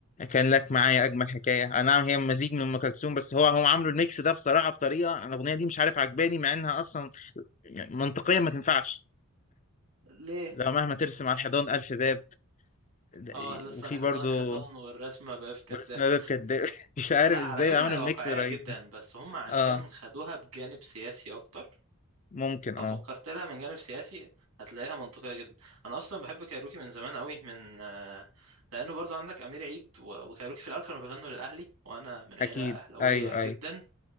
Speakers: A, on the left; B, on the right.
A: كان لك معايا اجمل حكايه انا نعم هي مزيج من ام كلثوم بس هو هم عاملوا الميكس ده بصراحه بطريقه انا الاغنيه دي مش عارف عجباني مع انها اصلا يعني منطقيا ما تنفعش
B: ليه
A: لو مهما ترسم على الحيطان الف باب ده-
B: اه
A: إيه،
B: لسه
A: وفي
B: الحيطان
A: برضه
B: حيطان والرسمة بقى في كداب
A: ورسم باب كداب <laughs> مش عارف
B: لا على
A: ازاي
B: فكرة
A: عملوا
B: هي واقعية
A: الميكس رهيب
B: جدا
A: ده.
B: بس هم عشان
A: اه
B: خدوها بجانب سياسي اكتر
A: ممكن
B: لو
A: اه
B: فكرت لها من جانب سياسي هتلاقيها منطقية جدا انا اصلا بحب كايروكي من زمان قوي من آه، لانه برضو عندك امير عيد و- وكايروكي في الاول كانوا بيغنوا للاهلي وانا من عيلة
A: اكيد
B: اهلاوية
A: ايوه ايوه
B: جدا